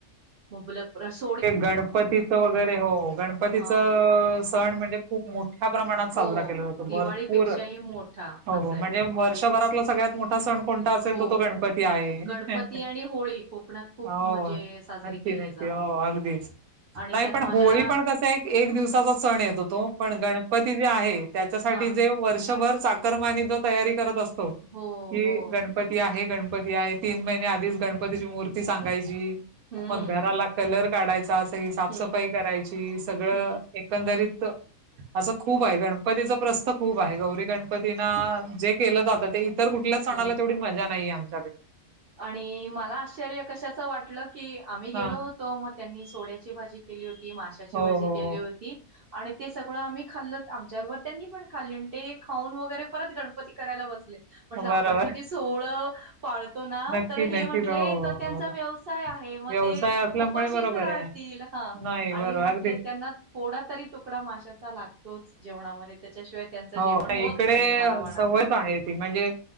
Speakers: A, on the right; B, on the right.
A: मुबलक प्रश्न
B: गणपतीच वगैरे हो गणपतीच
A: हा.
B: सण म्हणजे खूप मोठ्या प्रमाणात
A: हो
B: साजरा केला जातो
A: दिवाळीपेक्षाही
B: भरपूर
A: मोठा
B: हो
A: असंय.
B: हो म्हणजे वर्ष वर्ष भरातला सगळयात मोठा आता सण कोणता असेल
A: हो.
B: तर तो गणपती आहे
A: गणपती आणि होळी कोकणात खूप
B: हो
A: म्हणजे साजरी
B: नक्की
A: केली
B: अगदीच
A: जाते. आणि
B: नाही
A: त्यात
B: पण
A: माझ्या
B: होळी पण कस एक दिवसाचा सण येत हो तो पण गणपती जे आहे त्याच्यासाठी
A: हां.
B: जे व सवर चाकरमाने जो तयारी करत असतो
A: हो,
B: ही
A: हो.
B: गणपती आहे गणप गणपती आहे तीन महिने आधीच गणपतीची मूर्ती सांगायची
A: हं.
B: मग घराला कलर काढायचा अस साफसफाई
A: हं,
B: करायची सगळं
A: हं,
B: एकंदरीत तर असं खूप
A: हं,
B: आहे गणपतीचा प्रशन खूप आहे गौरी गणपतीना जे केलं जातं ते तर कुठल्याच सणाला
A: हं.
B: तेवढी मजा नाही आम त्याच्याकडे
A: आणि मला आश्चर्य कशाचं वाटलं की आम्ही गेलो
B: हा
A: होतो मग त्यांनीच सोड्याची भाजी केली होती ती माशाची
B: हो
A: भाजी
B: हो
A: केली होती आणि ते सगळं आम्ही खाल्ल आमच्याबरोबर त्यांनी पण खाल्ल आणि ते खाऊन व त परत गणपती करायला बसले म्हटल
B: हो
A: आपण
B: बरोबर
A: किती सोळ पाळतो ना
B: नक्की
A: तर हे
B: नक्की
A: म्हटले
B: हो
A: तर
B: हो.
A: त्यांचा व्यवसाय आहे मग
B: व्यवसाय
A: ते
B: असल्यामुळे
A: उपाशीच
B: बरोबर
A: राहतील
B: आहे
A: हा
B: नाही बरोबर
A: आणि म्हटले
B: अगदी
A: त्यांना थोडा तरी तुकडा माशाचा लागतोच जेवणामध्ये त्याशिवाय त्यांच
B: हो
A: जेवण होत
B: इकडे
A: नाही मला म्हणाले
B: सवयच आहे ती म्हणजे